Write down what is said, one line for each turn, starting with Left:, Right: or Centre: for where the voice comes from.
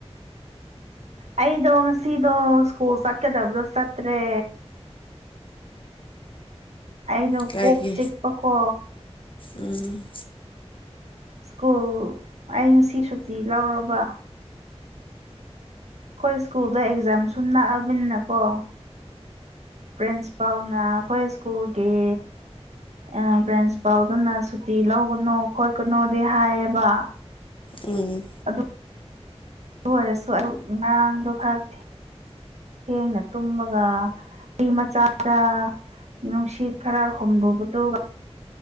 Right: ꯑꯩꯗꯣ ꯉꯁꯤꯗꯣ ꯁ꯭ꯀꯨꯜ ꯆꯠꯀꯗꯕꯗꯣ ꯆꯠꯇ꯭ꯔꯦ꯫ ꯑꯩꯗꯣ
Left: ꯀꯥꯏꯒꯤ
Right: ꯀꯣꯛ ꯆꯤꯛꯄꯀꯣ
Left: ꯎꯝ
Right: ꯁ꯭ꯀꯨꯜ ꯑꯩ ꯉꯁꯤ ꯁꯨꯇꯤ ꯂꯧꯔꯕ꯫ ꯈꯣꯏ ꯁ꯭ꯀꯨꯜꯗ ꯑꯦꯛꯖꯥꯝ ꯁꯨꯝ ꯅꯛꯑꯕꯅꯤꯅꯀꯣ ꯄ꯭ꯔꯤꯟꯁꯤꯄꯥꯜꯅ ꯈꯣꯏ ꯁ꯭ꯀꯨꯜꯒꯤ ꯑ ꯄ꯭ꯔꯤꯟꯁꯄꯥꯜꯗꯨꯅ ꯁꯨꯇꯤ ꯂꯧꯒꯅꯣ ꯈꯣꯠꯀꯅꯣꯗꯤ ꯍꯥꯏꯌꯦꯕ
Left: ꯎꯝ
Right: ꯑꯗꯨ ꯗꯨ ꯑꯣꯏꯔꯁꯨ ꯑꯗꯨ ꯉꯔꯥꯡꯗꯣ ꯈꯔ ꯊꯦ ꯊꯦꯡꯅ ꯇꯨꯝꯃꯒ <unintelligible> ꯃꯆꯥꯗ ꯅꯨꯡꯁꯤꯠ ꯈꯔ ꯍꯨꯝꯕꯨꯕꯗꯨꯒ